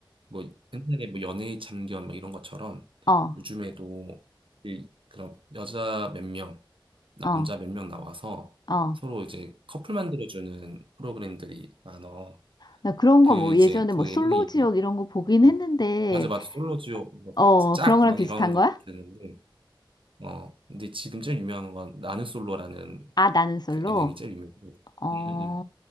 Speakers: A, on the right; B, on the left.
A: 뭐 옛날에 뭐 연애의 참견 뭐 이런 것처럼
B: 어,
A: 요즘에도 이- 그런 여자 몇 명, 남자
B: 어,
A: 몇 명 나와서
B: 어.
A: 서로 이제 커플 만들어주는 프로그램들이 많어.
B: 나 그런
A: 그
B: 거
A: 이제
B: 뭐 예전에
A: 그
B: 뭐
A: 예능의
B: 솔로
A: 이름이
B: 지옥 이런 거 보긴
A: 어
B: 했는데,
A: 맞아 맞아 솔로지옥
B: 어,
A: 짝막
B: 그런 거랑 비슷한
A: 이런 것들인데
B: 거야?
A: 어 근데 지금 제일 유명한 건 나는 솔로라는
B: 아, 나는 솔로?
A: 그 예능이 제일 유명해. 음,
B: 어,
A: 음, 음.